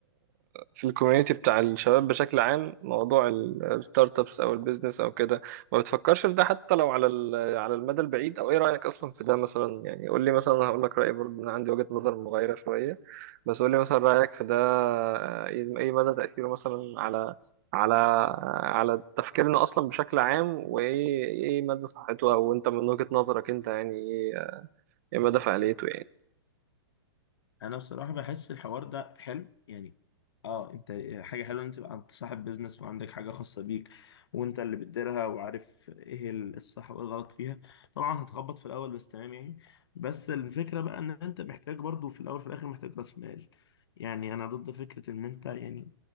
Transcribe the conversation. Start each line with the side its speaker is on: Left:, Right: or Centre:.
Right: في الكوميونتي بتاع الشباب بشكل عام موضوع الستارت ابس او البيزنس او كده ما بتفكرش في ده حتى لو على ال- على المدى البعيد او ايه رايك اصلا في ده مثلا يعني قول لي مثلا أنا هقول لك رايي برضه انا عندي وجهه نظر مغايره شويه بس قول لي مثلا رايك في ده آه، ايه إيه مدى تاثيره مثلا على على آه، على تفكيرنا اصلا بشكل عام وايه ايه مدى صحته او انت من وجهه نظرك انت يعني ايه إيه مدى فعاليته يعني
Left: انا بصراحه بحس الحوار ده حلو يعني اه انت حاجه حلوه ان انت تبقى انت صاحب بيزنس وعندك حاجه خاصه بيك وانت اللي بتديرها وعارف ايه ال- الصح وايه الغلط فيها طبعا هتخبط في الاول بس تمام يعني بس الفكره بقى ان انت محتاج برضو في الاول وفي الاخر محتاج راس مال يعني انا ضد فكره ان انت يعني